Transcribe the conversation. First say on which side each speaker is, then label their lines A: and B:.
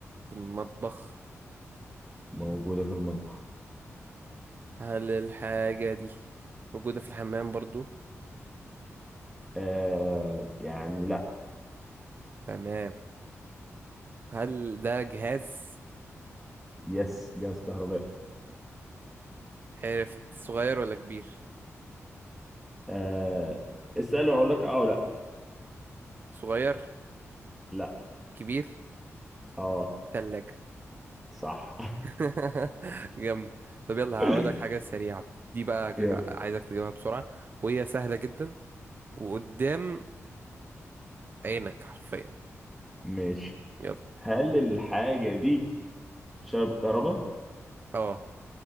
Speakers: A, on the right; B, in the centre.
A: في المطبخ؟
B: موجودة في المطبخ
A: هل الحاجة دي موجودة في الحمام برضو؟
B: آه يعني لا
A: تمام هل ده جهاز؟
B: يس جهاز كهربائي
A: عرفت صغير ولا كبير؟
B: آه اسأل واقول لك اه ولا لا
A: صغير
B: لا
A: كبير
B: اه
A: تلاجة
B: صح
A: <laughs> جامد طب يلا هقول
B: <laughs>
A: لك حاجة سريعة دي بقى ج-
B: يلا
A: عايزك تجيبها بسرعة وهي سهلة جدا وقدام عينك حرفيا
B: ماشي
A: يلا
B: هل الحاجة دي شبكة كهرباء
A: اه